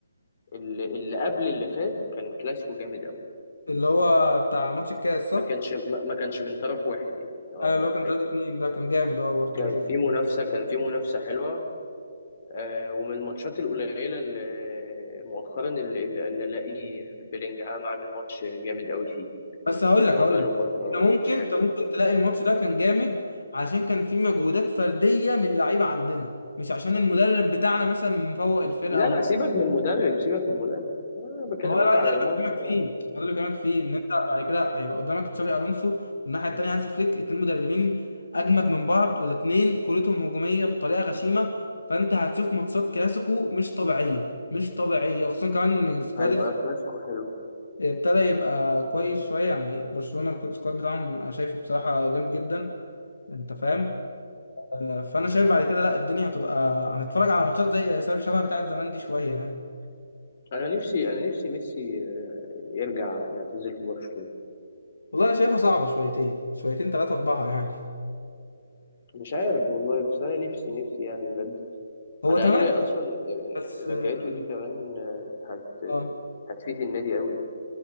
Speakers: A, on the left; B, on the left.
A: ال- اللي قبل اللي فات كان كلاسيكو جامد قوي
B: اللي هو بتاع ماتش الكاس صح؟
A: ما كانش ما ما كانش من طرف واحد يعني اه
B: ايوه اللي
A: كان
B: هو كان
A: حلو
B: 3 2 ده كان جامد اه برضه
A: كان
B: انا شفته
A: في منافسة كان في منافسة حلوة آه ومن الماتشات القليلة اللي مؤخرا اللي اللي اللي الاقي بيلينجهام عامل ماتش جامد قوي فيه
B: بس هقول
A: ان
B: لك
A: هو
B: هقول
A: بقاله
B: لك
A: فترة
B: انت ممكن
A: مش حلو
B: انت ممكن
A: يعني
B: تلاقي الماتش ده كان جامد عشان كان فيه مجهودات فرديه من اللعيبه عندنا مش عشان المدرب بتاعنا مثلا مفوق الفرقه
A: لا
B: او
A: لا
B: ما
A: سيبك من المدرب سيبك من المدرب انا بكلمك
B: ما هو بقى
A: على
B: ده
A: الماتش
B: اللي بكلمك
A: اه
B: فيه ده اللي بكلمك فيه ان انت بعد كده هيبقى قدامك تشابي الونسو والناحيه التانيه هانز فليك اتنين مدربين اجمد من بعض والاتنين كورتهم هجوميه بطريقه غشيمه فانت هتشوف ماتشات كلاسيكو مش طبيعيه مش طبيعيه خصوصا كمان إن سكواد
A: هيبقى
B: الفريق
A: كلاسيكو حلو
B: ابتدى يبقى كويس شويه يعني برشلونه السكواد بتاعهم انا شايفه بصراحه جامد جدا انت فاهم آه، فانا شايف بعد كده لا الدنيا هتبقى هنتفرج على ماتشات زي شبه بتاعه زمان دي شويه يعني
A: انا نفسي انا نفسي ميسي آه، يرجع يعتزل في برشلونة
B: والله انا شايفها صعبه شويتين شويتين ثلاثه اربعه يعني
A: مش عارف والله بس انا نفسي نفسي يعني بجد
B: هو
A: على
B: تمام
A: الاقل اصلا
B: بس
A: آه، رجعته
B: اه
A: دي كمان آه، هت آه،
B: آه.
A: هتفيد النادي قوي يعني